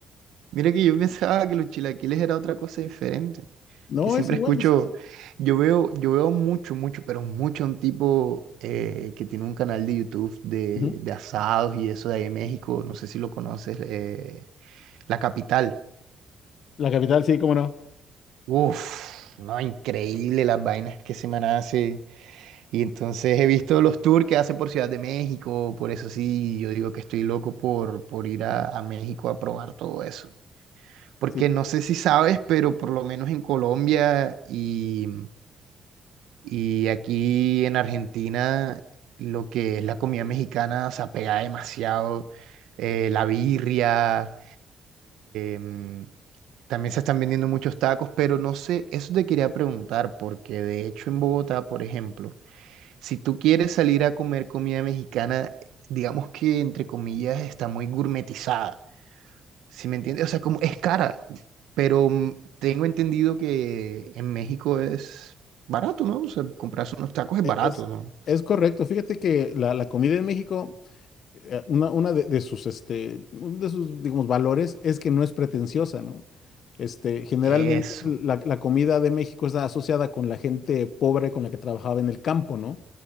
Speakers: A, on the right (about 85°); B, on the left (about 65°).
A: Mira que yo <laughs> pensaba que los chilaquiles era otra cosa diferente.
B: No,
A: Que siempre
B: es igual.
A: escucho,
B: es-
A: yo veo, yo veo mucho, mucho, pero mucho un tipo eh, que tiene un canal de YouTube de,
B: Ujú.
A: de asados y eso de ahí en México. No sé si lo conoces, eh, La Capital.
B: La capital, sí, cómo no.
A: Uf, no, increíble las vainas que se me hace. Y entonces he visto los tours que hace por Ciudad de México, por eso sí, yo digo que estoy loco por, por ir a, a México a probar todo eso. Porque
B: Sí,
A: no sé si sabes, pero por lo menos en Colombia y, y aquí en Argentina, lo que es la comida mexicana se apega demasiado. eh, la birria, em, también se están vendiendo muchos tacos, pero no sé, eso te quería preguntar, porque de hecho en Bogotá, por ejemplo, si tú quieres salir a comer comida mexicana, digamos que entre comillas está muy gourmetizada. ¿Sí me entiendes? O sea, como es cara, pero mm, tengo entendido que en México es barato, ¿no? O sea, comprarse unos tacos es
B: e-
A: barato,
B: es,
A: ¿no?
B: es correcto. Fíjate que la, la comida en México eh, una, una de, de sus, este, uno de sus, digamos, valores es que no es pretenciosa, ¿no? Este, generalmente
A: Eso,
B: la, la comida de México está asociada con la gente pobre con la que trabajaba en el campo, ¿no?